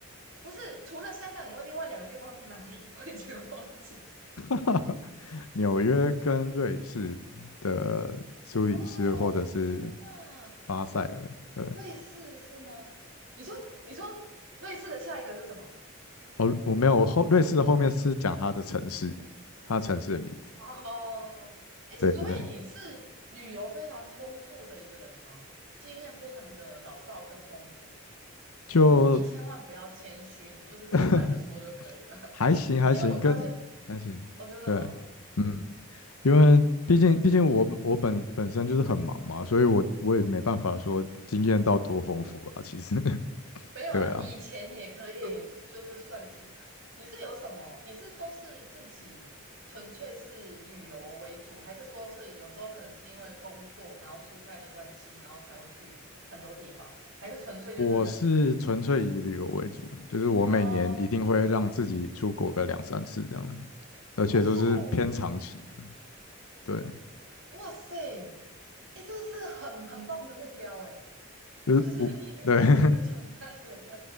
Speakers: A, on the right (about 60°); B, on the left (about 80°).
A: 不是除了香港以外，另外两个地方是哪里？<laughs> 我已经忘记。
B: <laughs> 纽约跟瑞士的苏黎世或者是
A: 哦，天哪，
B: 巴塞尔，对，
A: 瑞士是吗？你说你说瑞士的下一个是什么？
B: 哦，我没有，我后瑞士的后面是讲它的城市，它的城市的名字，
A: 哦，哎，
B: 对对对，
A: 所以你是旅游非常丰富的一个人吗？经验非常的老道跟丰富，
B: 就
A: 你千万不要谦虚，你就是直白的说就可以了。
B: <laughs>
A: <laughs>
B: 还行还行，
A: 因为我发现，
B: 跟还行，
A: 哦，真的吗？
B: 对，嗯，因为毕竟毕竟我本我本本身就是很忙嘛，所以我我也没办法说经验到多丰富啊，其实，<laughs>
A: 没有啊，
B: 对啊，
A: 以前也可以，就是算进来。你是有什么？你是都是自己纯粹是旅游为主，还是说是有时候可能是因为工作，然后出差的关系，然后才会去很多地方，还是纯粹就真的是？
B: 我是纯粹以旅游为主，就是我每年一定会让自己出国个两三次这样，
A: 哦
B: 而且都是偏长期的。
A: 哦，
B: 对，
A: 哇塞，哎，这个是很很棒的目标哎，
B: 就是我，
A: 就是 <laughs> 你已经成为一个常态了。
B: 对，<laughs>